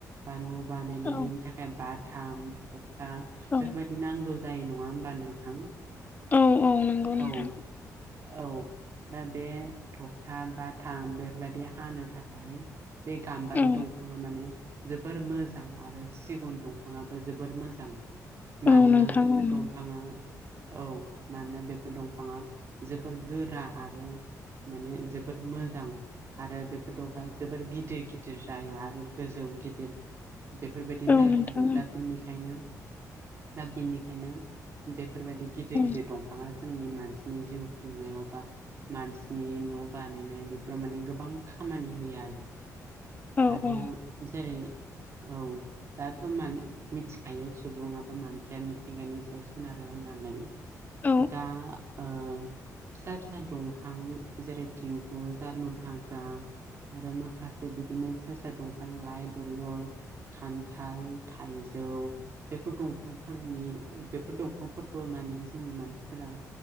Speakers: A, on the right; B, on the left.
A: बा न' बानायनायनि
B: औ
A: थाखाय बाथाम थखथा बेफोरबायदि
B: औ
A: बिदि नांगौ जायो नङा होमबा नोंथां?
B: औ औ नंगौ
A: औ
B: नोंथां।
A: औ दा बे थगथा बा थाम बेफोरबायाददि हानो थाखाय बे गाम्बारि
B: औ
A: दं दफाङा माने जोबोर मोजां आरो सिगुन दंफाङाबो जोबोर मोजां। मानोना
B: औ नोंथां
A: बेफोर
B: औ नंगौ
A: दंफाङा औ मानोना बेफोर दंफाङा जोबोर गोरा आरो माने जोबोर मोजां आरो बेफोर दंफां जोबोर गिदिर गिदिर जायो आरो गोजौ गेदेर बेफोरबायदि
B: औ
A: जायो
B: नोंथां
A: आरो। दा बिनिखायनो दा बिनिखायनो बेफोरबायदि गिदिर
B: औ
A: -गिदिर <unintelligible> बिफाङा जोंनि मानसिनि जिउ खुंनायाव बा मानसिनि न' बानायनाय बेफोराव माने गोबां खामानि होयो आरो।
B: औ
A: आरो
B: औ
A: जेरै औ। दाथ' म- मिथिखायो सुबुङा बा मानसिया मिथिंगानि सायाव सोनारो होननानै।
B: औ
A: दा ओ फिसा -फिसा दंफां जेरै <unintelligible> जार्मन हाग्रा आरो माखासे <unintelligible> बिदिनो फिसा- फिसा दंफां लाइ दलर, खान्थाल, थाइजौ। बेफोर दंफांफोरनि बेफोर दंफांफोरखौ मा होनो जोंनि मानसिफोरा